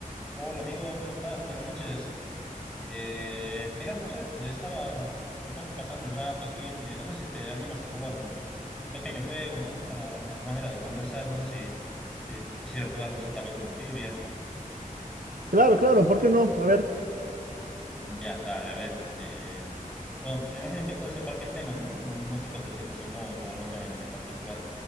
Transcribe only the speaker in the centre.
Hola amigo, ¿cómo estás? Buenas noches. Eh, mira, no sé, estaba un poco pasando el rato aquí. eh, no sé si te animas a jugar un, un pequeño juego, ¿no? Para a manera de conversar. No sé si, si quisieras jugar, no sé, tal vez una trivia.
Mm, Ya, dale, a ver. eh, bueno, me imagino que puede ser cualquier tema, ¿no? No, no creo que te sientas incómodo con algún tema en, en particular.